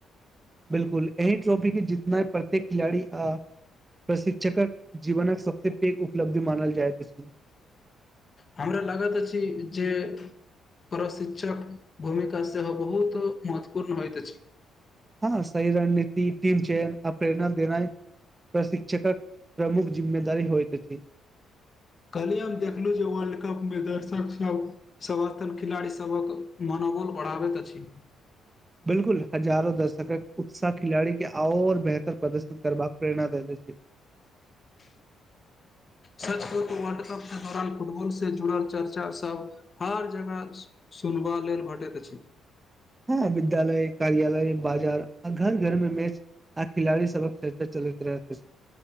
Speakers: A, on the right; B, on the left.
A: बिल्कुल, एहि ट्रॉफी के जितनैय प्रत्येक खिलाड़ी आ। प्रशिक्षकक जीवनक सबसे पैघ उपलब्धि मानल जाइत छै।
B: हमरा लागैत अछि जे प्रशिक्षक भूमिका सेहो बहुत महत्वपूर्ण होइत अछि।
A: हँ सही रणनीति टीम चयन आ प्रेरणा देनाइ प्रशिक्षकक प्रमुख जिम्मेदारी होइत अछि।
B: काल्हिये हम देखलहुं जे वर्ल्ड कप मे दर्शक सब अपन खिलाड़ी सबहक मना मनोबल बढ़ाबैत अछि।
A: बिलकुल, हजारो दर्शकक उत्साह खिलाड़ी के और बेहतर प्रदर्शन करबाके प्रेरणा दैत अछि। <unintelligible>
B: <unintelligible> सच कहु वर्ल्ड कप के दौरान फुटबॉल से जुड़ल चर्चा सब हर जगह सुनबा लेल भेटैत अछि।
A: हां विद्यालय, कार्यालय, बाजार आ घर घर में मैच आ खिलाड़ी सबक चरचा चलैत रहै <unintelligible>